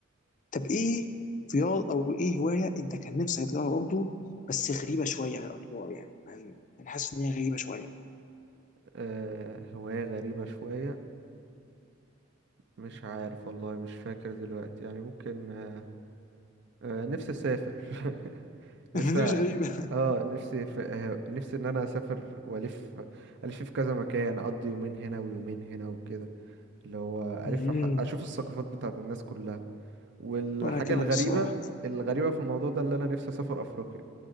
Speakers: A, on the left (about 40°); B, on the right (about 60°).
A: طب ايه رياض او ايه هوايه انت كان نفسك تجربها برضه بس غريبه شويه على الاطوار يعني يعني انا حاسس ان هي غريبه شويه
B: آه هواية غريبة شوية مش عارف والله مش فاكر دلوقتي يعني ممكن آه، آه، نفسي اسافر <laughs>
A: <laughs>
B: نفسي
A: دي مش غريبه
B: اه نفسي في... آه، نفسي ان انا اسافر والف الف في كذا مكان اقضي يومين هنا ويومين هنا وكده اللي هو
A: امم
B: الف ح- اشوف الثقافات بتاعت الناس كلها والحاجه
A: وانا كمان
B: الغريبه
A: الصراحه
B: الغريبه في الموضوع ده اللي انا نفسي اسافر افريقيا